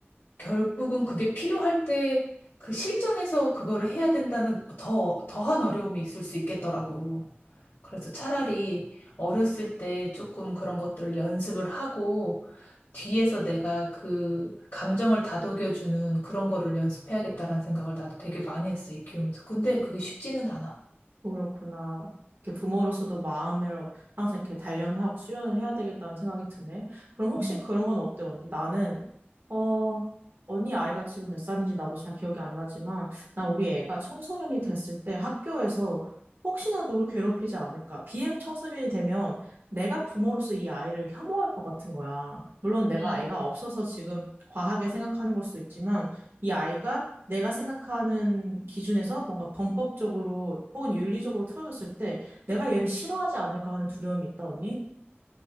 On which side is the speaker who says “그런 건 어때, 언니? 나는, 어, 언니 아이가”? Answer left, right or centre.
Right